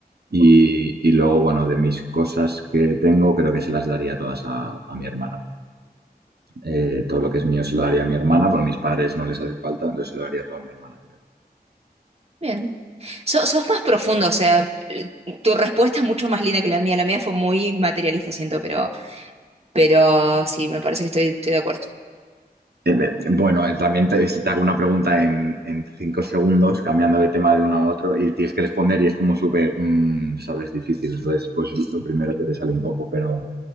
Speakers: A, on the right; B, on the right.
A: Y, y luego, bueno, de mis cosas que tengo, creo que se las daría todas a a mi hermana. Eh, todo lo que es mío se lo daría a mi hermana, pero a mis padres no les hace falta, entonces se lo daría todo a mi hermana, creo.
B: bien. So- sos más profundo, o sea, eh, tu respuesta es mucho más linda que la mía. La mía fue muy materialista, siento, pero, pero sí, me parece que estoy, estoy de acuerdo.
A: Eh, eh, bueno, eh, también te, te hago una pregunta en, en cinco segundos, cambiando de tema de uno a otro, y tienes que responder y es como súper, mm, sabes, difícil. Entonces, pues lo primero que te sale un poco, pero,